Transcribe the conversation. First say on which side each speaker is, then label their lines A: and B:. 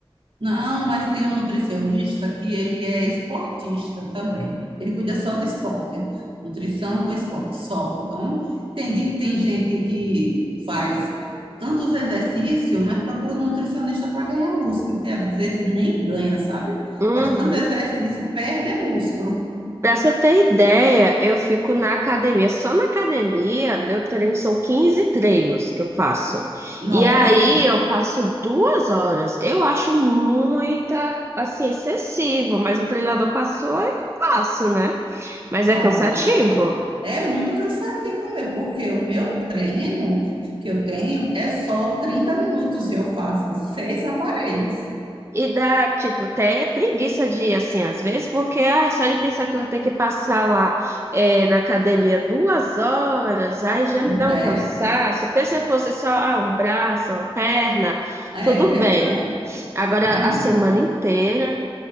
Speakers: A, on the right; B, on the right.
A: Não, mas tem um nutricionista que ele é esportista também. Ele cuida só de esporte, nutrição com esporte só. Então, tem, de- tem gente que faz tantos exercícios, mas procura um nutricionista para ganhar músculo, porque às vezes nem ganha, sabe?
B: Uhum.
A: Faz tanto exercício, perde é músculo.
B: Pra você ter ideia, eu fico na academia. Só na academia, meu treino são 15 treinos que eu faço. E
A: Nossa,
B: aí eu passo duas horas. Eu acho muita, assim, excessivo, mas o treinador passou, eu passo né? Mas
A: nossa.
B: é cansativo.
A: É muito cansativo mesmo, porque o meu treino que eu tenho é só 30 minutos e eu faço seis aparelhos.
B: E dá, tipo, até preguiça de ir, assim, às vezes, porque ah, só de pensar que eu vou ter que passar lá é, na academia duas horas, aí já me
A: Não
B: dá
A: é?
B: um cansaço. Pensa se fosse só ah, um braço, uma perna,
A: É
B: tudo
A: verdade.
B: bem. Agora,
A: Ah, é,
B: a
A: mu-
B: semana inteira.